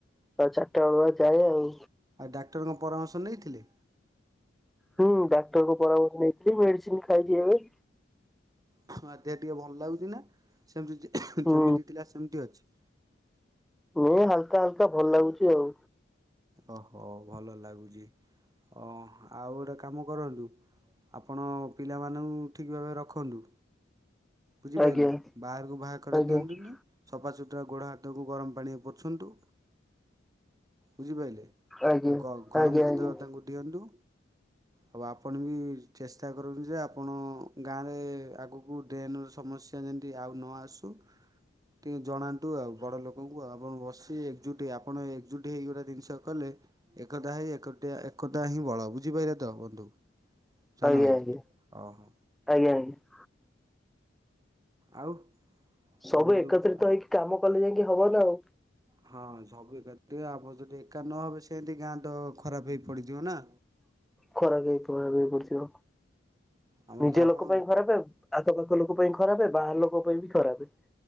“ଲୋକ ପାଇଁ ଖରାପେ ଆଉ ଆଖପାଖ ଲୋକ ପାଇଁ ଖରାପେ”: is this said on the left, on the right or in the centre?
Centre